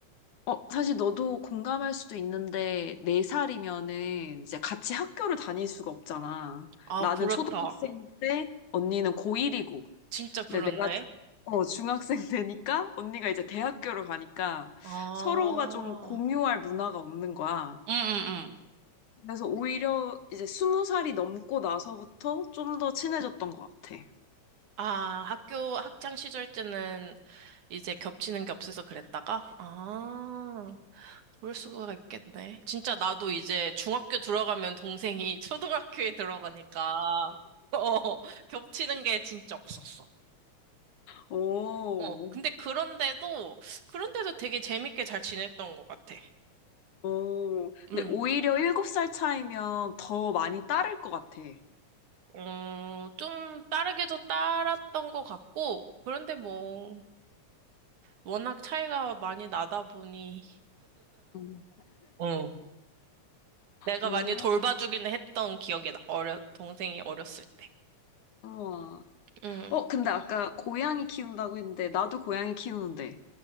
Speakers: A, on the left; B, on the right.
A: 어, 사실 너도 공감할 수도 있는데, 4살이면은 이제 같이 학교를 다닐 수가 없잖아.
B: 아,
A: 나는
B: 그렇다.
A: 초등학생 때, 언니는 고1이고,
B: 진짜 그렇네.
A: 근데 내가 어, 중학생 되니까, 언니가 이제 대학교를 가니까,
B: 아,
A: 서로가 좀 공유할 문화가 없는 거야.
B: 응, 응, 응.
A: 그래서 오히려 이제 스무 살이 넘고 나서부터 좀 더 친해졌던 것 같아.
B: 아, 학교 학창 시절 때는 이제 겹치는 게 없어서 그랬다가? 아, 그럴 수가 있겠네. 진짜 나도 이제 중학교 들어가면 동생이 <laughs> 초등학교에 들어가니까, 어, 겹치는 게 진짜 없었어.
A: 오,
B: 어, 근데 그런데도, 그런데도 되게 재밌게 잘 지냈던 것 같아.
A: 오.
B: 음,
A: 근데 오히려 일곱 살 차이면 더 많이 따를 것 같아.
B: 어, 좀 따르게도 따랐던 것 같고, 그런데 뭐, 워낙 차이가 많이 나다 보니,
A: 음.
B: 어. 내가
A: 오,
B: 많이 돌봐주기는 했던 기억이 나. 어려, 동생이 어렸을 때.
A: 우와.
B: 음.
A: 어, 근데 아까 고양이 키운다고 했는데, 나도 고양이 키우는데,